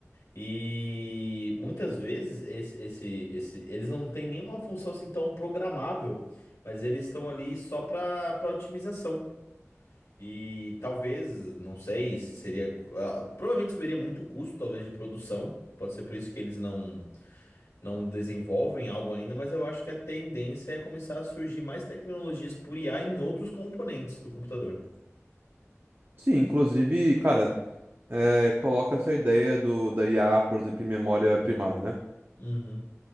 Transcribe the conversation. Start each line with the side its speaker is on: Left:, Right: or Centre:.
Left: E muitas vezes esse, esse, esse, eles não têm nenhuma função assim tão programável, mas eles estão ali só para para otimização. E talvez, não sei, se seria. ah, Provavelmente subiria muito o custo, talvez, de produção. Pode ser por isso que eles não não desenvolvem algo ainda, mas eu acho que a tendência é começar a surgir mais tecnologias por IA em outros componentes do computador.
Right: Sim, inclusive, cara, é, coloca essa ideia do, da IA, por exemplo, em memória primária, né?
Left: Uhum,